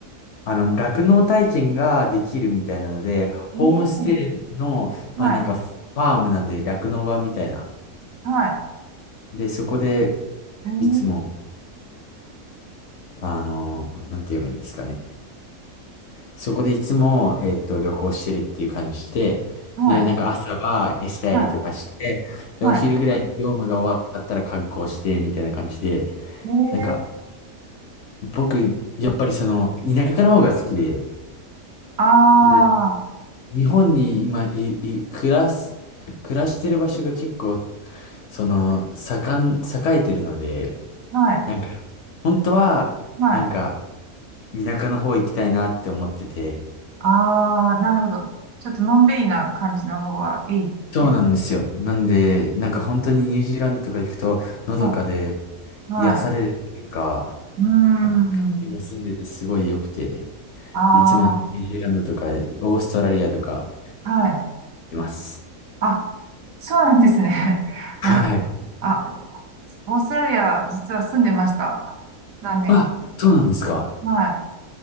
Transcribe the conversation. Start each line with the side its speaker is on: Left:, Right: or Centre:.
Left: あの、酪農体験ができるみたいなので、ホームステイの、
Right: おー、はい。
Left: まあなんかファームなんで酪農場みたいな。
Right: はい。
Left: で、そこで、
Right: えー、
Left: いつもあの、なんて言えばいいんですかね。そこでいつも、えっと、旅行してるっていう感じで、
Right: はい。
Left: で、なんか朝は餌やりとかして、
Right: はい。
Left: で、
Right: はい。
Left: お昼ぐらいに業務が終わったら観光して、みたいな感じで、
Right: えー、
Left: なんか、僕、やっぱりその、田舎の方が好きで、
Right: あー。
Left: で、日本に今、い、い、暮らす、暮らしてる場所が結構、その、盛ん、栄えてるので、
Right: はい。
Left: なんか、本当は、
Right: はい。
Left: なんか、田舎の方行きたいなって思ってて、
Right: ああ、なるほど。ちょっとのんびりな感じの方がいいって。
Left: そうなんですよ。なんで、なんか本当にニュージーランドとか行くと、のどかで
Right: はい。は
Left: 癒されるというか、
Right: い。うーん。
Left: 気も澄んでてすごい良くて、
Right: あ
Left: いつもなんかニュージーランドとか、オーストラリアとか
Right: あ、はい。
Left: います。
Right: あ、そうなんですね。
Left: はい。
Right: <laughs> あ、あ、オーストラリア、実は住んでました。何年か。
Left: あ、そうなんですか。
Right: はい。